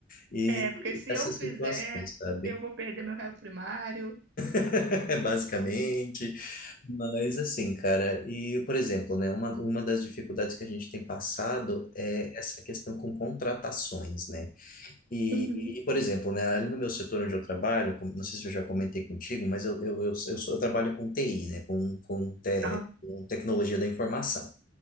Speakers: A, on the left; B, on the right.
A: E
B: É, porque se
A: essas
B: eu fizer,
A: situações, sabe?
B: eu vou perder meu réu primário.
A: <laughs> Basicamente. Mas assim, cara, e por exemplo, né, uma, uma das dificuldades que a gente tem passado é essa questão com contratações, né? E,
B: Uhum.
A: e, por exemplo, né, ali no meu setor onde eu trabalho, com- não sei se eu já comentei contigo, mas eu, eu, eu, eu, sou- eu trabalho com TI, né, com, com, te,
B: Ah,
A: com tecnologia da informação.